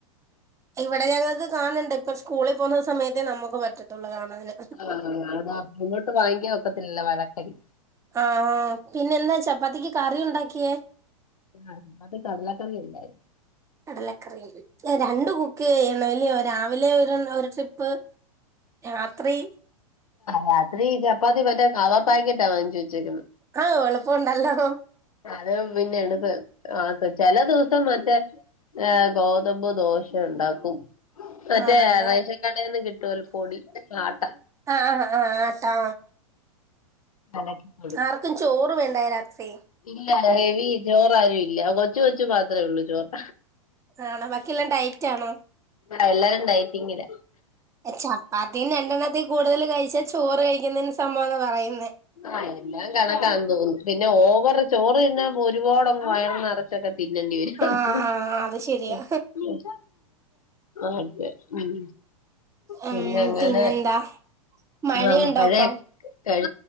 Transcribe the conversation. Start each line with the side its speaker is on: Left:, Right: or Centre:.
Right: ഇവിടെ ഞങ്ങൾക്ക് കാണണ്ട ഇപ്പൊ സ് സ്കൂളിൽ പോകുന്ന സമയത്ത് നമുക്ക് പറ്റത്തുള്ള് കാണാന്
Left: ആ റിമോട്ട് വാങ്ങിക്കാൻ ഒക്കത്തില്ലല്ലോ വഴക്കല്ലി
Right: ആഹ് പിന്നെ എന്താ ചപ്പാത്തിക്ക് കറി ഉണ്ടാക്കിയേ
Left: ആ അത് കടലക്കറിയല്ലായിട്ടും
Right: കടലക്കറി രണ്ട് കുക്ക് ചെയ്ണം ല്ലിയോ രാവിലെ ഒരു ഒരു ട്രിപ്പ് രാത്രി
Left: രാത്രി ചപ്പാത്തി മറ്റേ കാവാ പാക്കറ്റാ വാങ്ങിച്ചു വെച്ചേക്കുന്ന
Right: ആഹ് എളപ്പണ്ടല്ലോ
Left: അത് പിന്നെ എണക്ക് ആക്ക് ചില ദിവസം മറ്റേ ഏ ഗോതമ്പ് ദോശ ഉണ്ടാക്കും മറ്റേ
Right: ആണല്ലേ
Left: റേഷൻ കടേന്ന്‌ കിട്ടുവല്ല പൊടി ആട്ട
Right: ആഹ് ആ ആ ആഹ് ആട്ടാ
Left: നക്കെ
Right: ആർക്കും ചോറ് വേണ്ടേ രാത്രി.
Left: ഇല്ല ഹെവി ചോറ ആരും ഇല്ല. കൊച്ചു കൊച്ചു മാത്രമേ ഉള്ളൂ ചോറ്.
Right: ആണോ ബാക്കിയെല്ലാം ഡയറ്റ് ആണോ.
Left: ആഹ എല്ലാരും ഡയറ്റിങ്ങില.
Right: ചപ്പാത്തി രണ്ടെണ്ണത്തി കൂടുതൽ കഴിച്ചാ, ചോറ് കഴിക്കുന്നതിന് സമം ആന്ന പറയുന്നേ.
Left: ആഹ എല്ലാം കണക്കാന് തോന്നുന്നു. പിന്നെ ഓവറ് ചോറ് തിന്നാ ഒരുപാടങ്ങ് വയർ നറ <unintelligible> ക്കെ തിന്നേണ്ടി വരും.
Right: ആ ആ അത് ശരിയാ
Left: ഉം അതെ ഉം.
Right: ഉം
Left: പിന്നെ അങ്ങനെ
Right: പിന്നെന്താ മഴയുണ്ടാ
Left: ആഹ് മഴ
Right: ഇപ്പ?
Left: കഴി